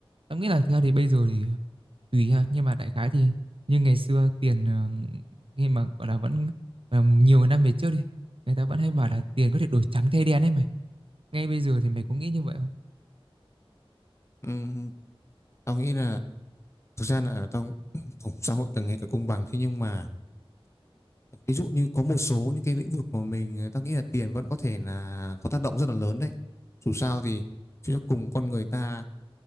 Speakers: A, on the right; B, on the left.
A: tao nghĩ là thực ra thì bây giờ thì tùy ha nhưng mà đại khái thì như ngày xưa tiền ờ, khi mà gọi là vẫn ờ, nhiều năm về trước đi người ta vẫn hay bảo là tiền có thể đổi trắng thay đen ấy mày ngay bây giờ thì mày có nghĩ như vậy không
B: Ừm, tao nghĩ là thực ra là tao <clears throat> xã hội càng ngày càng công bằng thế nhưng mà ví dụ như có một số những cái lĩnh vực mà mình ta nghĩ là tiền vẫn có thể là có tác động rất là lớn đấy dù sao thì chúng ta cùng con người ta